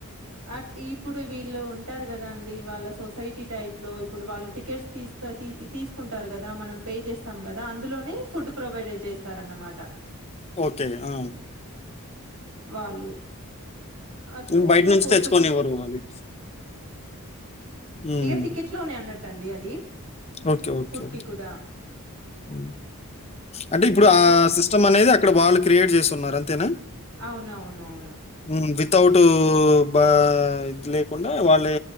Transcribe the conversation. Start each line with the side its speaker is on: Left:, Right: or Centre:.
Right: అ ఇప్పుడు వీళ్ళు ఉంటారు కదాండి వాళ్ళ సొసైటీ టైప్ లో ఇప్పుడు వాళ్ళు టికెట్స్ తీస్తా తీసుకుంటారు కదా మనం పే చేస్తాం కదా అందులోనే ఫుడ్ ప్రొవైడే చేస్తారన్నమాట
Left: ఓకే. ఆ!
Right: వాళ్ళు అట్లా
Left: ఇది బయట
Right: ఇక
Left: నుంచి
Right: ఫోర్ట్
Left: తెచ్చుకోనివ్వరు
Right: పో
Left: అది. హ్మ్.
Right: ఇక టికెట్ లోనే అన్నట్ ట్టండి అది
Left: ఓకే ఓకే
Right: ఫుడ్‌కి కూడా.
Left: ఉ అంటే ఇప్పుడు
Right: ఇంకా అట్లా
Left: ఆ సిస్టమ్ అనేది ఇక్కడ వాళ్ళు క్రియేట్ చేస్తున్నారు అంతేనా
Right: అవునవును అవును
Left: హ్మ్. వితౌట్ బ ఇది లేకుండా వాళ్ళే